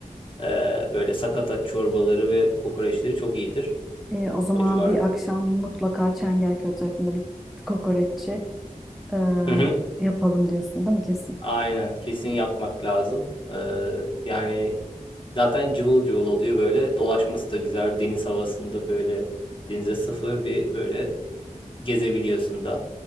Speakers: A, on the left (about 40°); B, in the centre.
A: e, böyle sakatat çorbaları ve kokoreçleri çok iyidir
B: E, o zaman
A: o civarda.
B: bir akşam mutlaka Çengelköy tarafında bir kokoreççi e,
A: <laughs>
B: yapalım diyorsun değil mi kesin?
A: Aynen kesin yapmak lazım. Ee, yani zaten cıvıl cıvıl oluyor böyle dolaşması da güzel deniz havasında böyle denize sıfır bir böyle gezebiliyorsun da.